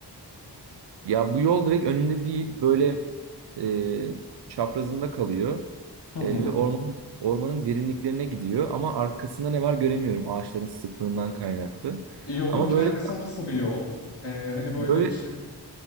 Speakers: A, on the right; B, on the left.
A: Ya bu yol direkt önünde değil böyle e, çaprazında kalıyor.
B: Hı
A: Ee,
B: hı.
A: ve ormanın ormanın derinliklerine gidiyor ama arkasında ne var göremiyorum ağaçların sıklığından kaynaklı.
B: Yolun
A: Ama
B: kendisi
A: böyle
B: nasıl bir yol? E, hani böyle
A: böyle
B: şey